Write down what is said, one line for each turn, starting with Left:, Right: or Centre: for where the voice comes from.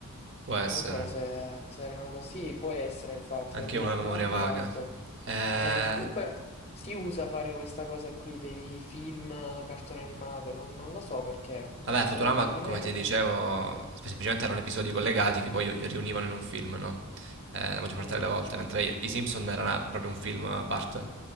Right: può essere.
Left: Non lo so se, se erano così, può essere infatti,
Right: Anche
Left: è un ricordo
Right: io ho una memoria
Left: molto
Right: vaga.
Left: vago.
Right: Eh,
Left: Eh, comunque si usa fare questa cosa qui dei film, cartone animato, non, non lo so perché,
Right: Vabbè,
Left: forse
Right: Futurama,
Left: ora un po' di
Right: come
Left: meno
Right: ti
Left: però.
Right: dicevo, spe- semplicemente erano episodi collegati che poi riunivano in un film, no? Eh, la maggior parte
Left: Mm.
Right: delle volte, mentre i Simpson era una- proprio un film a parte.